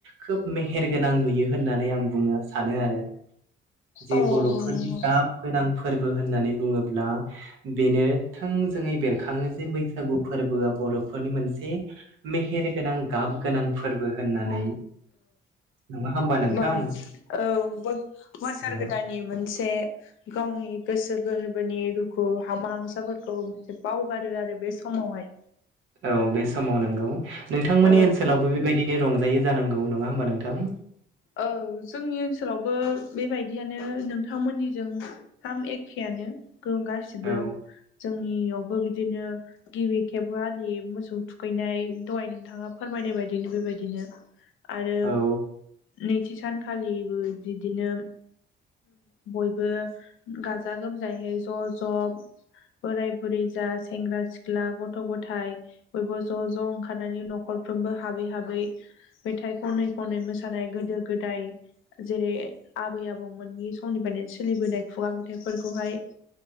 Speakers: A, on the right (about 85°); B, on the left (about 80°).
A: खोब मेहेर गोनां नुयो होननानै आं बुंनो सानो आरो जे
B: औ नंगौ
A: बर'फोरनि गाब गोनां फोरबो होननानै बुङोब्ला बेनो थोंजोङै बेरखाङो जे बैसागु फोरबोआ बर'फोरनि मोनसे मेहेर गोनां गाब गोनां फोरबो होननानै नङा होमबा नोंथां
B: बा औ बोसोर
A: औ
B: गोदाननि मोनसे गावनि गोसो गोरबोनि दुखु हामा हांसाफोरखौ मोनसे बावगारो आरो बे समावहाय
A: औ बे समाव नंगौ नोंथांमोननि
B: औ
A: ओनसोलावबो बेबायदिनो रं- जायो जानांगौ नङा होमबा नोंथां
B: औ जोंनि ओनसोलावबो बेबायदियानो नोंथांमोननिजों थाम एखेयानो गासिबो
A: औ
B: जोंनियावबो बिदिनो गिबि खेबबो आलि मोसौ थुखैनाय दहाय नोंथाङा फोरमायनाय बायदिनो बेबायदिनो आरो
A: औ
B: नैथि सानखालिबो बिदिनो बयबो गाजा गोमजायैै ज' ज' बोराय बुरै जा सेंग्रा सिख्ला गथ' गथाय बयबो ज' ज' ओंखारनानै न'खर फ्रोमबो हाबै हाबै मेथाइ खनै खनै मोसायो थानाय गोदो गोदाय जेरै आबै आबौमोननि समनिफ्रायनो सोलिबोनाय खुगा मेथाइ फोरखौहाय